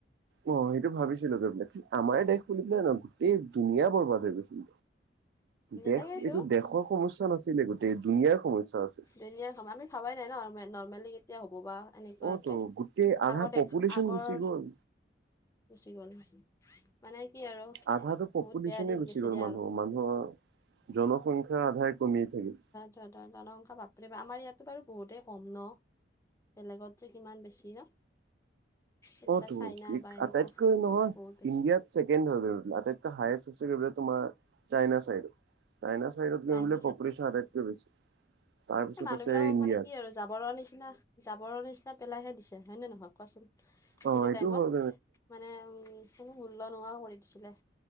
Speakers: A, on the right; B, on the left.
A: অ'! সেইটো ভাবিছিলোঁ! গৈ পেলাই, আমাৰে দেশ বুলি পেলাই ন' গোটেই দুনীয়া বৰবাদ হৈ গৈছিল! দেশ,
B: তাকেইতো
A: এইটো দেশৰ সমস্যা নাছিলে গোটেই, দুুনীয়াৰ সমস্যা আছিল।
B: <unintelligible> আমি খাবাই নাই ন' নৰ্মেলি কেতিয়া হ'ব বা! এনেকুৱাতে,
A: অ তো গোটেই আধা
B: আগতে?
A: পপুলেশ্যন
B: আগৰ।
A: গুচি গ'ল
B: গুচি গ'ল <unintelligible> মানে কি আৰু
A: আধাটোো পপুলেশ্যনে
B: বহুত বেয়া দিন
A: গুচি
B: গৈছে
A: গ'ল
B: দিয়া
A: মানুহ
B: আৰু
A: মানুহৰ জনসংখ্যা আধায় কমিয়েই থাকিল।
B: <unintelligible> বাপৰে বা! আমাৰ ইয়াততো বাৰু বহুতে কম ন'? বেলেগত যে কিমান বেছি ন'? এইফালে
A: অ'তো!
B: চাইনা
A: কি?
B: বা এনেকুৱা
A: আটাইতকৈ
B: সেইবিলাক
A: নহয়,
B: বহুত বেছি
A: ইণ্ডিয়াত ছেকেণ্ড <unintelligible> আটাইতকৈ হাইএষ্ট <unintelligible> তোমাৰ, চাইনা চাইডে। চাইনা চাইডত
B: চাইনা
A: <unintelligible> পপুলেচন আটাইতকৈ বেছি। তাৰপিছত
B: এ, মানুহবিলাকক
A: আছে ইণ্ডিয়াত
B: মানে, কি আৰু জাবৰৰ নিচিনা, জাবৰ নিচিনা পেলাইহে দিছে, হয়নে নহয় কোৱাচোন?
A: অ
B: সেইটো
A: এইটো
B: টাইমত।
A: হয়
B: মানে, কোনো মূল্য নোহোৱা কৰি দিছিলে।